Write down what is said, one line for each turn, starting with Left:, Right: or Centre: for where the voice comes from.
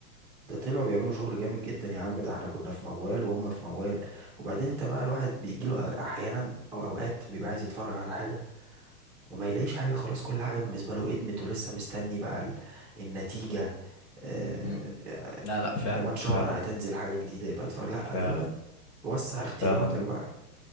Centre: ده طلعوا بيعملوا شغل جامد جدا يا عم ده احنا كنا في موال وهم في موال وبعدين انت بقى الواحد بيجيله أو- احيانا او اوقات بيبقى عايز يتفرج على حاجة وما يلاقيش حاجة خلاص كل حاجة بالنسبة له ادمت ولسه مستني بقى ال- النتيجة آه،
Left: مم.
Centre: آه،
Left: لا لا فعلا
Centre: كمان شهر
Left: فعلا
Centre: هتنزل حاجة جديدة يبقى اتفرج لا
Left: فعلا
Centre: دلوقتي وسع اختياراتك
Left: فعلا
Centre: بقى